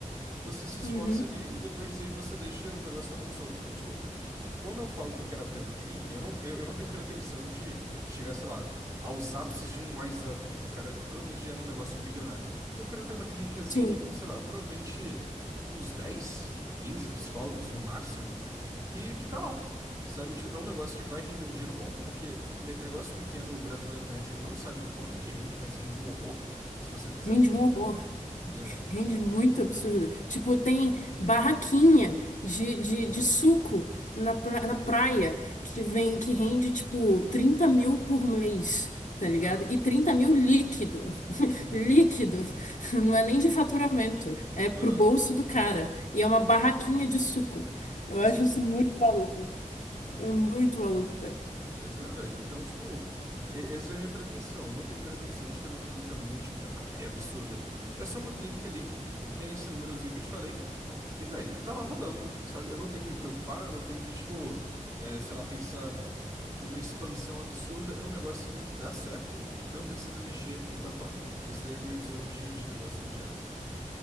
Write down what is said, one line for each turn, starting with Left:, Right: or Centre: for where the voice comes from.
Right: você se esforça
Left: Uhum,
Right: ali e depois aí você deixa o negócio falando solto. E, tipo, quando eu falo que eu quero abrir uma clínica, eu não, eu, eu não tenho pretensão de chegar, sei lá, aos ápices de um Wise Up, que o cara provavelmente já era um negócio bilionário. Eu quero ter uma clínicazinha
Left: sim.
Right: ali com, sei lá, provavelmente uns 10, 15 psicólogos no máximo, que, que tá lá. Sabe, Tipo, é um negócio que vai render um dinheiro bom, porque ne- negócio pequeno, o brasileiro médio, ele não sabe o quanto que rende, mas rende um horror, se você fizer
Left: Rende
Right: direito.
Left: um horror.
Right: É.
Left: Rende muito absurdo. Tipo, tem barraquinha de, de, de suco na, pra- na praia que vem que rende, tipo, 30 mil por mês, tá ligado?
Right: Aham.
Left: E 30 mil líquido. <laughs>
Right: Uhum.
Left: Líquido. Não é nem de faturamento. É pro
Right: Aham.
Left: bolso do cara. E é uma barraquinha de suco. Eu acho
Right: Sim.
Left: isso muito maluco. É muito maluco,
Right: Mas é, velho. Então, tipo, e- essa é a minha pretensão. Não tenho pretensão de ter uma clínica multimilionária absurda. É só uma clínica ali que tem esse númerozinho que eu te falei. E, velho, tá lá rodando, sabe? Eu não tenho que me preocupar, eu não tenho que, tipo, é, sei lá, pensar numa expansão absurda. É um negocinho que dá certo, não precisa mexer e tá top. Essa é a minha visão de, de negócio imediato.